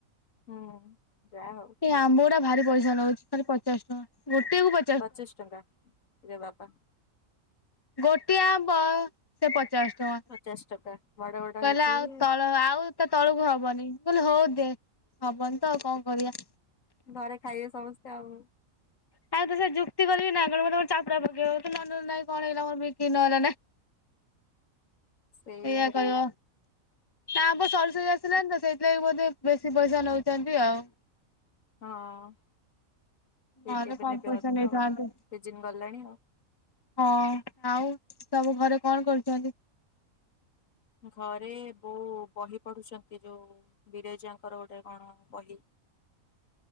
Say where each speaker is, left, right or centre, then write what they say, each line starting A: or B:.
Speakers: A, on the left (about 70°); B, on the left (about 20°).
A: ହୁଁ ଯାହା ହଉ।
B: ଏ ଆମ୍ବ ଗୁଡା ଭାରି ପଇସା ନଉଚି ଖାଲି ପଚାଶ ଟଙ୍କା। ଗୋଟେ କୁ ପ
A: ପଚିଶୀ ଟଙ୍କା ରେ ବାବା।
B: ଗୋଟିଏ ଆମ୍ବ, ସେ ପଚାଶ ଟଙ୍କା,
A: ପଚାଶ ଟଙ୍କା ବଡ ବଡ
B: କହିଲା
A: ହେଇଥିବେ
B: ଆଉ ତଳ ଆଉ। ତା ତଳକୁ ହବନି, ମୁଁ କହିଲି ହଉ ଦେ ହବନି ତ ଆଉ କଣ କରିବା।
A: ଘରେ ଖାଇବେ ସମସ୍ତେ ଆଉ।
B: ତା ସହିତ ଯୁକ୍ତି କରିବିନା ଅନକଲ ମୋତେ ଗୋଟେ ଚାପୁଡ଼ା ପକାଇବ, ତୁ ନନେଲୁ ନାହିଁ କଣ ହେଇଗଲା। ମୋର ବିକିରି ନହେଲେ ନାଇଁ।
A: ସେଇଆ
B: ଏଇଆ କହବ। ନା ଆମ୍ବ ସରିସରି ଆସିଲାଣିିତ, ସେଇଥିପାଇଁ ବୋଧେ ବେଶୀ ପଇସା ନଉଚନ୍ତି ଆଉ।
A: ହଁ ଠିକ୍
B: ନହେଲେ
A: କେବେ
B: କମ
A: ଦେବେ
B: ପଇସା
A: ଅଧିକ
B: ନେଇଥାନ୍ତେ
A: ଆଉ, ସିଜିନୀ ଗଲାଣି ଆଉ।
B: ହଁ ଆଉ, ସବୁ ଘରେ କଣ କରୁଛନ୍ତି?
A: ଘରେ ବୋଉ ବହି ପଢୁଛନ୍ତି, ଯୋଉ ବିରଜାଙ୍କର ଗୋଟେ କଣ ବହି।